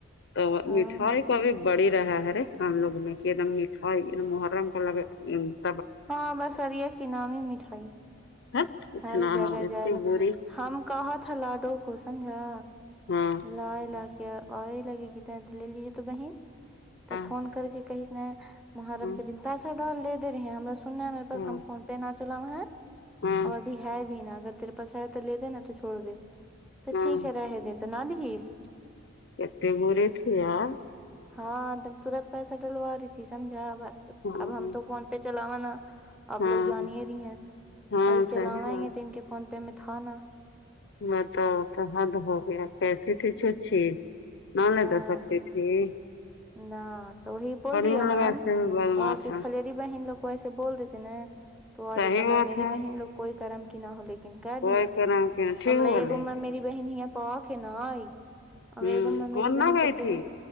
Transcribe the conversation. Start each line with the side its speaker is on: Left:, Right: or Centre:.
Left: تو
Centre: ہاں
Left: مٹھائی کا بھی <unintelligible> بڑی رہا ہےرے ہم لوگ میں کہ ایک دم میٹھا ایکم محرم کا ل
Centre: ہاں بسریا کے نام ہی مٹھائی
Left: ہت کچھ
Centre: ہر
Left: نہ
Centre: جگہ
Left: ہاں اتنی
Centre: جائے ل
Left: بری
Centre: ہم کہاں تھا لاڈو کو سمجھا
Left: ہاں
Centre: لا ع لاقے <unintelligible> کہ لگے گ ت لے لیجے تو بہن
Left: ہاں
Centre: تب فون کر کے کہیس ن محرم
Left: ہاں
Centre: کے دن پیسا دا لے دے رہی ہیں ہم سن ہے ہمےاس
Left: ہاں
Centre: ہم فون پہ نہ چلاؤا ہے
Left: ہاں
Centre: اور ابھی ہے بھی نا اگر تیرے پاس ہے تو لے د نا تو چھوڑ دے تو
Left: ہاں
Centre: ٹھیک ہے رہے دے تو نہ لس <unintelligible>
Left: کتے بورے تھے آ
Centre: ہاں تورت پیسہ ڈلوا رہی تھی سمجھا
Left: ہاں
Centre: اب ہم تو فون پہ چلاوانا آپ
Left: ہاں
Centre: لوگ جانیے نہیںی ہیں
Left: ہاں
Centre: ا چلاوائیں
Left: صحیح بات
Centre: گے تو ان کے فون پ پ میں تھاانا <unintelligible>
Left: بتاؤ تو حد ہو گیا کیسی تھی چھ چھی نہ لے
Centre: ہاں
Left: تو سکتی تھی ج <unintelligible>
Centre: نہ تو وہی بول دیا
Left: ان لوگ
Centre: ہم
Left: ایسے بھی بدماش
Centre: کہ کے
Left: ہیں
Centre: خل بہن لو کو ایسے بول دیتے نا تو آ
Left: صحیح
Centre: جاتا
Left: بات
Centre: میں میری
Left: ہے
Centre: بہن لوگ کوئی کرم کی نہ ہو ل لن کہ دیا
Left: وہی کہہ رہے کہ ٹھیک
Centre: ہملہےمر
Left: بولے
Centre: میری بہن یہ پا کے نہ آئی اگ
Left: ہوں
Centre: میں میری
Left: کون نہ
Centre: بہن
Left: گئی
Centre: کو تیرے
Left: تھی